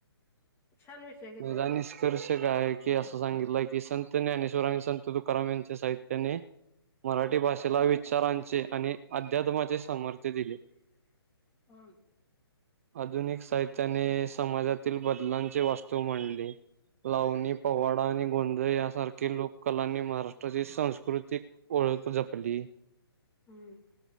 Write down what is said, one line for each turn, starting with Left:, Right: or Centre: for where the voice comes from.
Left: छान विषय घेतलाय
Right: हेजा
Left: तुम्ही.
Right: निष्कर्ष काय कि असं सांगितलं की सं ते ज्ञानेश्वर आणि संत तुकाराम यांचे साह्य त्यानी मराठी भाषेला विचारांचे आणि अध्यात्माचे सा समर्थ दिले.
Left: हम्म.
Right: आधुनिक साहित्याने समाजातील बदलांची वास्तू मांडली. लावणी पवाडा आणि गोंधळ यासारखे लोककलांनी आणि महाराष्ट्राचे संस्कृ कृतीक ओळख जपली.
Left: हम्म.